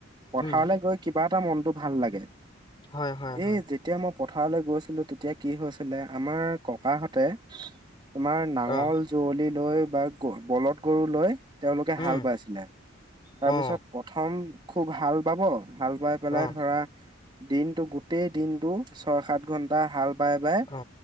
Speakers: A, on the right (about 20°); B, on the left (about 20°).
A: পথাৰলৈ
B: উম
A: গৈ কিবা এটা মনতটো ভাল লাগে।
B: হয় হয় হয়
A: এ যেতিয়া মই পথাৰলৈ গৈছিলো তেতিয়া কি হৈছিলে আমাৰ ককাহঁতে তোমাৰ নাঙল
B: অ
A: যৱলি লৈ বা বলধ গৰু লৈ তেওঁলোকে
B: উম
A: হাল বাইছিলে, তাৰপিছত
B: অ
A: প্ৰথম খুব হাল বাব ভাল পাই পেলাই
B: অ
A: ধৰা দিনতটো গোটেই দিন ছয় সাত ঘন্টা হাল বাই বাই
B: অ